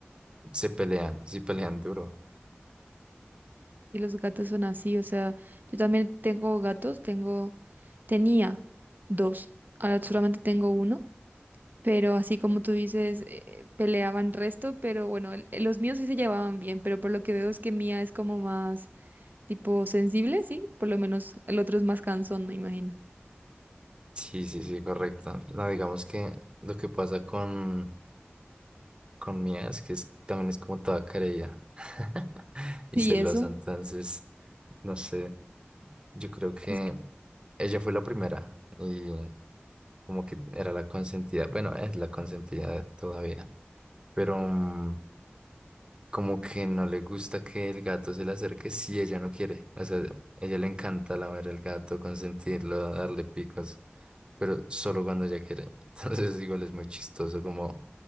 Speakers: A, on the right (about 25°); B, on the right (about 50°).
A: se pelean, sí pelean duro.
B: y los gatos son así, o sea, yo también tengo gatos, tengo, tenía dos, ahora solamente tengo uno, pero así como tú dices, eh, peleaban resto, pero bueno, el- el- los míos sí se llevaban bien, pero por lo que veo es que Mía es como más tipo sensible, sí, por lo menos el otro es más cansón, me imagino.
A: Sí, sí, sí, correcto. No, digamos que lo que pasa con, con Mía es que es- también es como toda querella <laughs> y
B: ¿Y
A: celosa,
B: eso?
A: entonces, no sé, yo creo que
B: Es que,
A: ella fue la primera y como que era la consentida, bueno, es la consentida todavía, pero mm, como que no le gusta que el gato se le acerque si ella no quiere. O sea, ella le encanta lamer el gato, consentirlo, darle picos, pero solo cuando ella quiere. <laughs> Entonces, igual es muy chistoso como